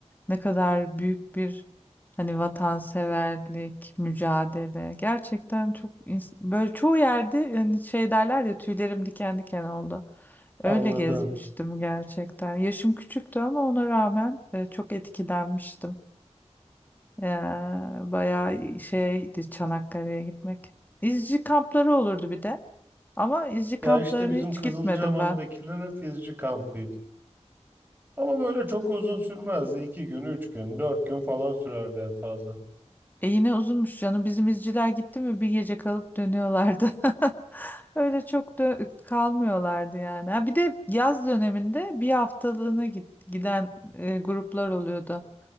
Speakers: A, on the left (about 15°); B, on the right (about 15°).
A: Ne kadar büyük bir hani vatanseverlik, mücadele. Gerçekten çok ins- böyle çoğu yerde hani şey derler ya tüylerim diken diken oldu.
B: Anladım.
A: Öyle gezmiştim gerçekten. Yaşım küçüktü ama ona rağmen e, çok etkilenmiştim. Ya, bayağı şeydi Çanakkale'ye gitmek. İzci kampları olurdu bir de. Ama izci
B: Ya
A: kamplarına
B: işte bizim
A: hiç
B: Kızılcahamam'dakiler
A: gitmedim ben.
B: hep izci kampıydı. Ama böyle çok uzun sürmezdi. İki gün, üç gün, dört gün falan sürerdi en fazla.
A: E yine uzunmuş canım. Bizim izciler gitti mi bir gece kalıp dönüyorlardı. <laughs> Öyle çok da kalmıyorlardı yani. Ha, bir de yaz döneminde bir haftalığına git, giden e, gruplar oluyordu.